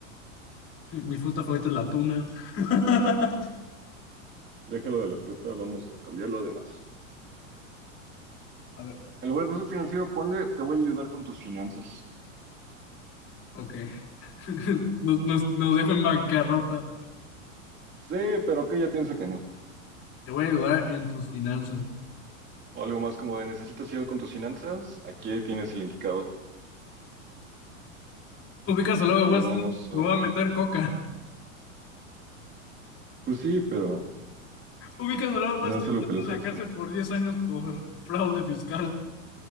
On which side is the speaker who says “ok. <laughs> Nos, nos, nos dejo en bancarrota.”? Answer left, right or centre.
Left